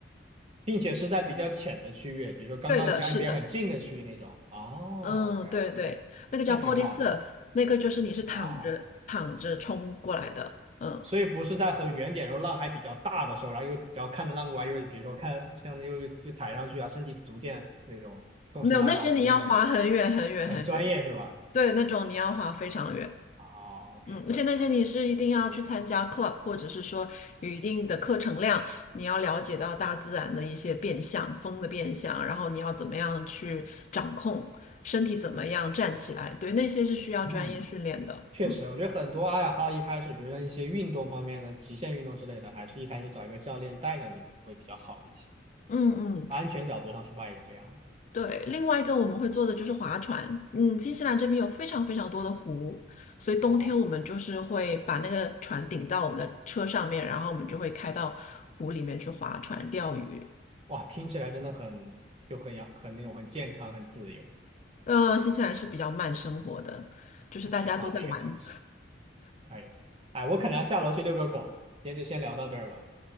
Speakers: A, on the right (about 30°); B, on the left (about 40°).
A: 并且是在比较浅的区域，比如说刚刚离岸边很近的区域那种。
B: 对的，是的，
A: 哦，OK
B: 嗯，对对，
A: OK，
B: 那个叫
A: 那挺好的。
B: body surf，那个就是你是躺着躺着冲过来的，
A: 啊，
B: 嗯，
A: 所以不是在很远点，然后浪还比较大的时候，然后又只要看着浪过来，又比如说看像又又又踩上去啊，身体逐渐那种重心拉高，
B: 没有那些你要滑很远很远很远，
A: 不是那种很专业是吧？
B: 对，那种你要滑非常远，
A: 啊，OK，
B: 嗯，而且那些你是一定要去参加 club，或者是说有一定的课程量，你要了解到大自然的一些变相，风的变相，然后你要怎么样去掌控身体怎么样站起来，对，那些是需要专业训练的，
A: 嗯，确实，
B: 嗯
A: 我觉得很多爱好一开始，比如像一些运动方面的极限运动之类的，还是一开始找一个教练带着你会比较好一些，
B: 嗯嗯。
A: 安全角度上出发也是这样。
B: 对，另外一个我们会做的就是划船。嗯，新西兰这边有非常非常多的湖，所以冬天我们就是会把那个船顶到我们的车上面，
A: 哦，
B: 然后我们就会开到湖里面去划船钓鱼。
A: 哇，听起来真的很就很阳很那种很健康很自由，
B: 呃，新西兰是比较慢生活的，就是大家都在玩。
A: 挺好的一个城市。可以。哎，我可能要下楼去遛个狗，今天就先聊到这儿吧。